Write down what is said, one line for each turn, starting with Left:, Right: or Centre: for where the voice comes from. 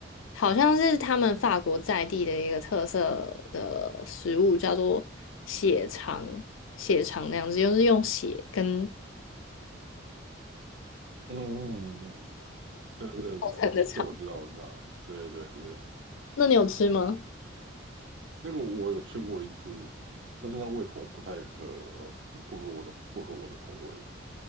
Left: 好像是他们法国在地的一个特色的食物，叫做血肠，血肠那样子，就是用血跟
Right: 嗯，对对对，
Left: 构成的肠。
Right: 对，我知道，我知道，对对对，
Left: 那你有吃吗？
Right: 那个我有吃过一次，但是那胃口不太合，不合我的，不合我的口味。